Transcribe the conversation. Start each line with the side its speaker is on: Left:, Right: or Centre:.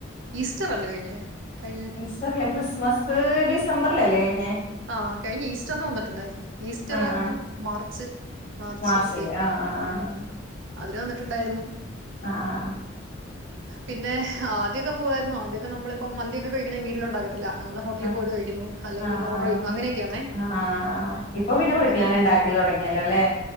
Right: ഈസ്റ്റർ അല്ലേ കഴിഞ്ഞ് കഴിഞ്ഞ്
Left: ഈസ്റ്ററല്ലേ ക്രിസ്മസ് ഡിസംബറിലല്ലേ ഴിഞ്ഞേ
Right: ആഹ് കഴിഞ്ഞ് ഈസ്റ്ററിന് വന്നിട്ടുണ്ടായിരുന്നു ഈസ്റ്റർ
Left: ആഹ് ആഹ്
Right: മാർച്ച് മാർച്ച്
Left: മാർച്ചില്
Right: ഏപ്രിൽ
Left: ആഹ് ആഹ്
Right: ഉം അതിന് വന്നിട്ടുണ്ടായിരുന്നു
Left: ആഹ് ആഹ്
Right: പിന്നെ ആദ്യക്കെ പോവായിരുന്നു ആദ്യക്കെ നമ്മളിപ്പോ മന്തിക്കെ കഴിക്കണെ വീട്ടിലുണ്ടാക്ക. ല്ല നമ്മള് ഹോട്ടിൽ
Left: ആഹ്
Right: പോയിട്ട് കഴിക്കുന്നു അല്ലെങ്കിൽ
Left: ആഹ്
Right: പിന്നെ...
Left: ആഹ്
Right: ഓർഡർ
Left: ആഹ്
Right: ചെയ്യുന്നു അങ്ങനെയൊക്കെയാണേ
Left: ആഹ് ഇപ്പൊ
Right: അപ്പൊ
Left: പിന്നെ
Right: അങ്ങനെ
Left: വീട്ടിലെന്നെ ഉണ്ടാക്കൽ തൊ ടങ്ങിയാല്ലോല്ലെ